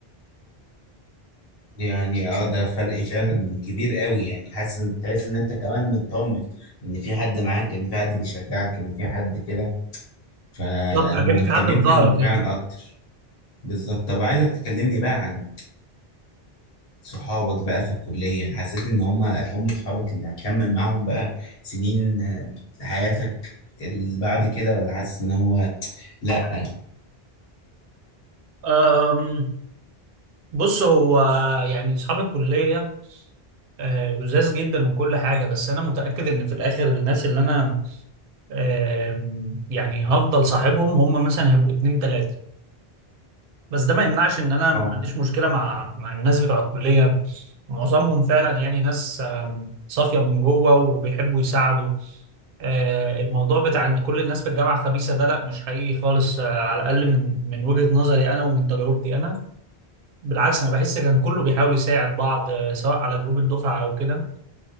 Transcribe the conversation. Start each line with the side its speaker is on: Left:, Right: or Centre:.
Left: يعني اه ده فرق فعلا كبير قوي يعني حاسس إن- تحس ان انت كمان مطمن ان في حد معاك ان في حد بيشجعك ان في حد كده فهم
Right: بالظبط أكن
Left: مهتمين
Right: في حد في ظهرك
Left: فيهم فعلا
Right: يعني
Left: اكتر بالظبط طب عايزك تكلمني بقى عن صحابك بقى في الكلية حسيت ان هم هم صحابك اللي هتكمل معاهم بقى سنين آه، حياتك اللي بعد كده ولا حاسس ان هو لا
Right: أم، بص هو يعني أصحاب الكلية آه، لذاذ جدا من كل حاجة بس أنا متأكد إن في الآخر الناس اللي أنا آم، يعني هفضل صاحبهم هم مثلا هيبقوا اتنين تلاتة بس ده ما يمنعش ان انا
Left: اه
Right: ما عنديش مشكله مع مع الناس بتوع الكليه معظمهم فعلا يعني ناس آم، صافيه من جوه وبيحبوا يساعدوا آه، الموضوع بتاع ان كل الناس في الجامعه خبيثه ده لا مش حقيقي خالص آه، على الاقل من من وجهه نظري انا ومن تجربتي انا بالعكس انا بحس كان كله بيحاول يساعد بعض آه، سواء على جروب الدفعه او كده